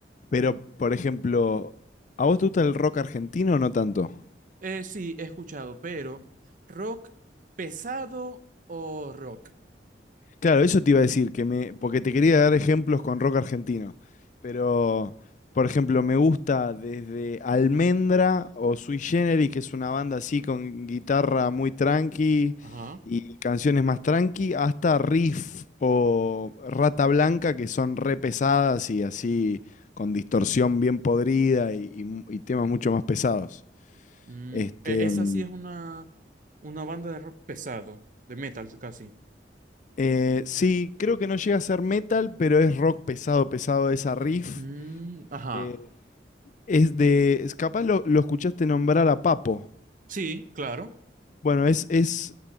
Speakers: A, on the left (about 45°); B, on the right (about 45°).
A: pero, por ejemplo, ¿a vos te gusta el rock argentino o no tanto?
B: Eh, sí, he escuchado, pero rock pesado o rock.
A: Claro, eso te iba a decir, que me, porque te quería dar ejemplos con rock argentino, pero por ejemplo me gusta desde Almendra o Sui Generis, que es una banda así con guitarra muy tranqui
B: Ajá.
A: y canciones más tranqui, hasta Riff o Rata Blanca, que son re pesadas y así con distorsión bien podrida y, y mu- y temas mucho más pesados.
B: Mm,
A: Este,
B: e- esa
A: mm,
B: sí es una, una banda de rock pesado, de metal casi.
A: eh, sí, creo que no llega a ser metal, pero es rock pesado, pesado esa Riff.
B: Mm, ajá.
A: Eh, es de. es- capaz lo, lo escuchaste nombrar a Papo.
B: Sí, claro.
A: Bueno, es, es.